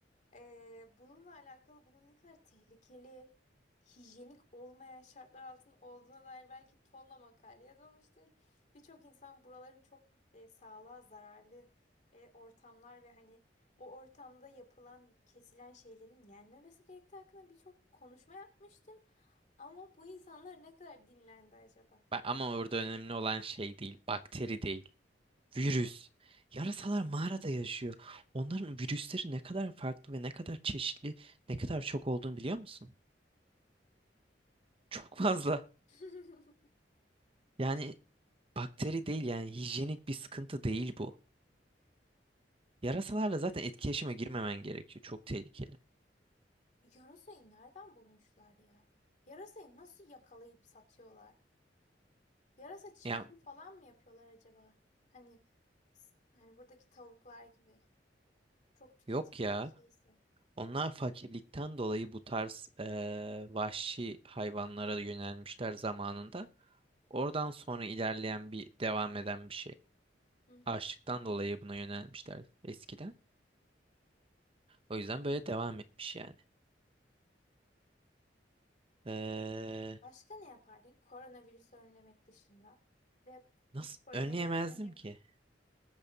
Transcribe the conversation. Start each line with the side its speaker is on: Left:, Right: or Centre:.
Left: eee, bununla alakalı bunun ne kadar tehlikeli, hijyenik olmayan şartlar altında olduğuna dair belki tonla makale yazılmıştır. Birçok insan buraların çok eee, sağlığa zararlı eee, ortamlar ve hani o ortamda yapılan, kesilen şeylerin yenmemesi gerektiği hakkında birçok konuşma yapmıştır. Ama bu insanlar ne kadar dinlendi acaba?
Right: Ba- Ama orada önemli olan şey değil, bakteri değil. Virüs. Yarasalar mağarada yaşıyor. Onların virüsleri ne kadar farklı ve ne kadar çeşitli, ne kadar çok olduğunu biliyor musun? Çok fazla.
Left: <laughs>
Right: Yani bakteri değil yani hijyenik bir sıkıntı değil bu. Yarasalarla zaten etkileşime girmemen gerekiyor. Çok tehlikeli.
Left: Yarasayı nereden bulmuşlar ya? Yarasayı nasıl yakalayıp satıyorlar? Yarasa çiftliği
Right: Ya
Left: falan mı yapıyorlar acaba? Hani s- hani buradaki tavuklar gibi. Çok tüketilen
Right: yok ya.
Left: bir şeyse.
Right: Onlar fakirlikten dolayı bu tarz eee, vahşi hayvanlara yönelmişler zamanında. Oradan sonra ilerleyen bir devam eden bir şey.
Left: Hı hı.
Right: Açlıktan dolayı buna yönelmişler eskiden. O yüzden böyle devam etmiş yani. Ee,
Left: Başka ne yapardın? Koronavirüsü önlemek dışında ve
Right: nasıl
Left: Bitcoin'e
Right: önleyemezdim
Left: yatırım yapıp.
Right: ki?